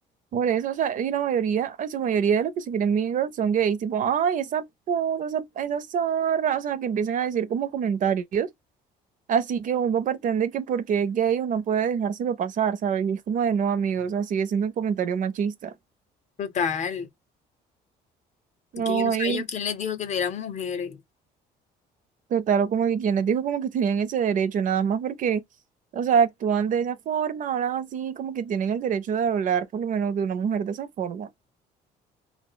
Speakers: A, on the right; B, on the left.
A: Por eso, o sea, y la mayoría, en su mayoría de los que se quieren Mean Girls son gays, tipo, ay, esa puta, esa, esa zorra, o sea, que empiezan a decir como comentarios. Así que uno pretende que porque es gay uno puede dejárselo pasar, ¿sabes? Y es como de no, amigos, o sea, sigue siendo un comentario machista.
B: Total.
A: No,
B: Que yo no sé
A: y
B: a ellos quién les dijo que eran mujeres.
A: Total, o como que quien les dijo como que tenían ese derecho, nada más porque, o sea, actúan de esa forma, hablan así, como que tienen el derecho de hablar por lo menos de una mujer de esa forma.